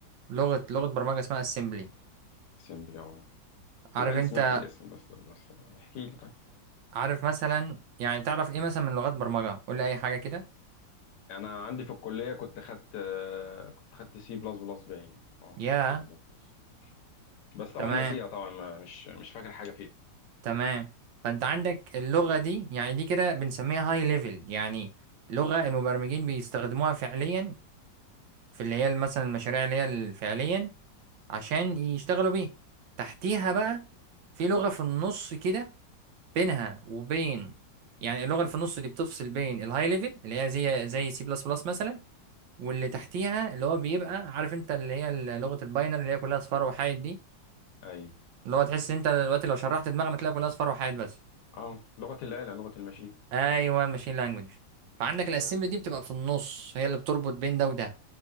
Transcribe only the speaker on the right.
لغه لغه برمجه اسمها اسمبلي
عارف
انت
عارف مثلا يعني تعرف ايه مثلا من لغات برمجة قول لي اي حاجة كده
يا
تمام
تمام فانت عندك اللغة دي يعني دي كده بنسميها هاي ليفل يعني لغة المبرمجين بيستخدموها فعليا في اللي هي مثلا المشاريع اللي هي ال- فعليا عشان يشتغلوا بيها تحتيها بقى
في لغة في النص كده بينها وبين يعني اللغة اللي في النص دي بتفصل بين الهاي ليفل اللي هي زي زي سي بلس بلس مثلا واللي
تحتيها اللي هو بيبقى عارف انت اللي هي ال- لغة الباينر اللي هي كلها اصفار وحايد دي
اللي هو تحس انت دلوقتي لو شرحت دماغنا تلاقي كلها اصفار وحايد بس
ايوه
الماشين لانجوج فعندك الاسمبلي
دي بتبقى في النص هي اللي بتربط بين ده وده